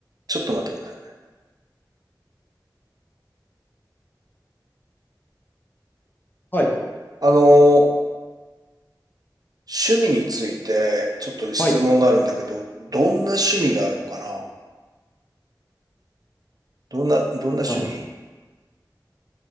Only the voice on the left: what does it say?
はい。
はい。
あ